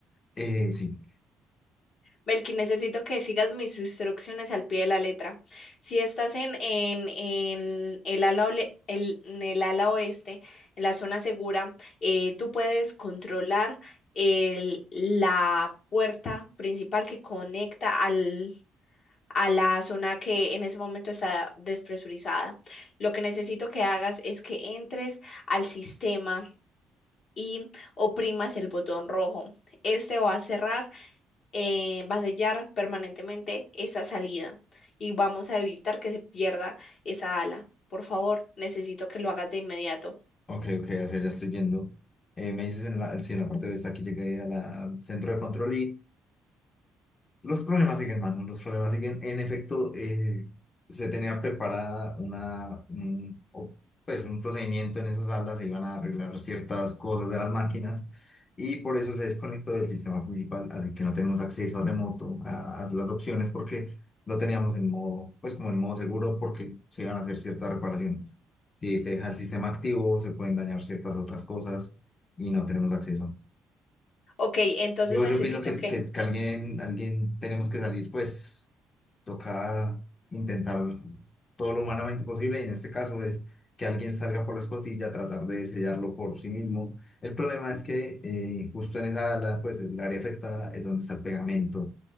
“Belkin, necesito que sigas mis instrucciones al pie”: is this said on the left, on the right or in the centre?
Left